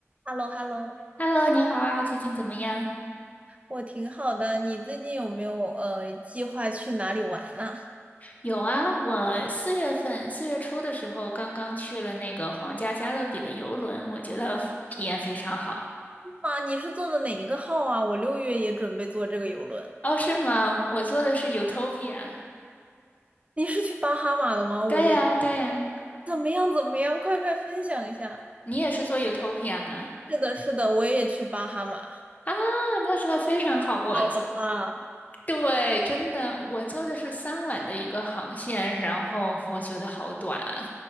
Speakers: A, on the right; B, on the left.
A: h e l l o h e l l o
B: Hello，你好啊，最近怎么样？
A: 我挺好的。你最近有没有呃计划去哪里玩呢？
B: 有啊，我四月份四月初的时候刚刚去了那个皇家加勒比的游轮，我觉得体验非常好。
A: 啊，你是坐的哪一个号啊？我六月也准备坐这个游轮。
B: 哦，是吗？我坐的是 Utopia。
A: 你是去巴哈马的吗？我也
B: 对呀，对呀，
A: 怎么样怎么样？快快分享一下。
B: 你也是坐 Utopia 吗？
A: 是的，是的，我也去巴哈马。
B: 啊，那真的非常好，我。
A: 好的吧？
B: 对，真的，我坐的是三晚的一个航线，然后我觉得好短啊。